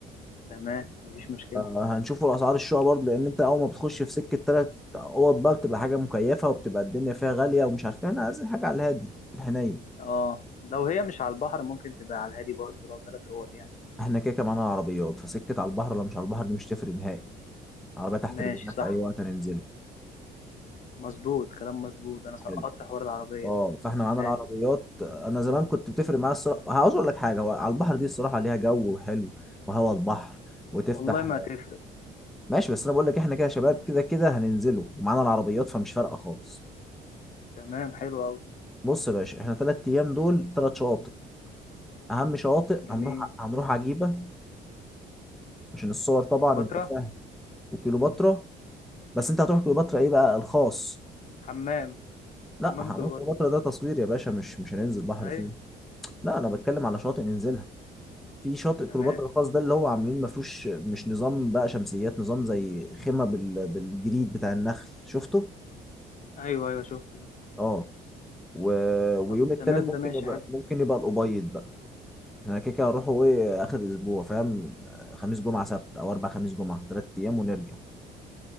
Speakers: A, on the left (about 45°); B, in the centre.
A: تمام مفيش مشكله
B: هنشوفوا اسعار الشقه برضه لان انت اول ما بتخش في سكه تلات اوض بقى بتبقى حاجه مكيفه وبتبقى الدنيا فيها غاليه ومش عارف ايه احنا عايزين حاجه على الهادي في الحنين
A: اه لو هي مش على البحر ممكن تبقى على الهادي برضه لو ثلاث اوض يعني
B: احنا كده كده معانا العربيات فسكه على البحر ولا مش على البحر دي مش تفرق نهائي العربيه تحت
A: ماشي
B: رجلنا
A: صح
B: في اي وقت هننزله
A: مظبوط كلام مظبوط انا سقطت
B: حلو
A: حوار العربيه
B: اه
A: ده
B: فاحنا
A: تمام
B: معانا العربيات انا زمان كنت بتفرق معايا الصراحه عاوز اقول لك حاجه هو على البحر دي الصراحه ليها جو حلو وهوا البحر وتفتح
A: والله ما تفرق
B: ماشي بس انا بقول لك احنا كده شباب كده كده هننزله ومعانا العربيات فمش فارقه خالص
A: تمام حلو قوي
B: بص يا باشا احنا ثلاث ايام دول ثلاث شواطئ اهم شواطئ
A: جميل
B: هنروح هنروح عجيبه عشان الصور طبعا
A: كليوباترا
B: انت فاهم وكليوباترا بس انت هتروح كليوباترا ايه بقى الخاص
A: حمام
B: لا
A: حمام
B: هنروح
A: كليوباترا
B: كليوباترا ده تصوير يا باشا مش مش هننزل بحر
A: ايوه
B: فيه لا انا بتكلم على شواطئ ننزلها في شاطئ
A: تمام
B: كليوباترا الخاص ده اللي هو عاملين ما فيهوش مش نظام بقى شمسيات نظام زي خيمة بال... بالجريد بتاع النخل شفته
A: ايوه ايوه شفت شفت
B: اه و... ويوم
A: طب
B: التالت
A: تمام
B: ممكن
A: ده ماشي
B: يبقى
A: حلو
B: ممكن يبقى الأبيض بقى احنا كده كده هنروحوا ايه آخر الأسبوع فاهم خميس جمعة سبت أو أربع خميس جمعة تلات أيام ونرجع